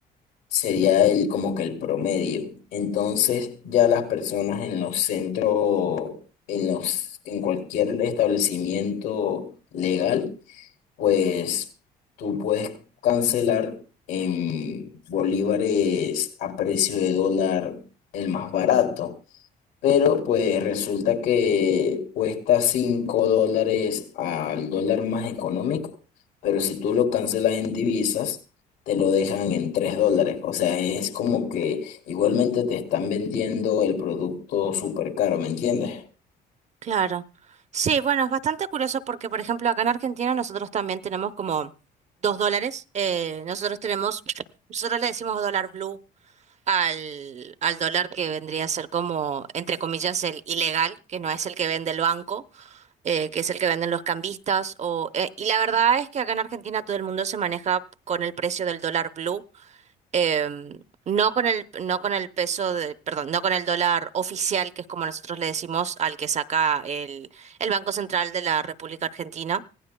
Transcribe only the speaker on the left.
sería el como que el promedio. Entonces, ya las personas en los centros, en los, en cualquier establecimiento legal, pues tú puedes cancelar en bolívares a precio de dólar el más barato. Pero pues resulta que cuesta 5 dólares al dólar más económico, pero si tú lo cancelas en divisas, te lo dejan en 3 dólares. O sea, es como que igualmente te están vendiendo el producto súper caro, ¿me entiendes?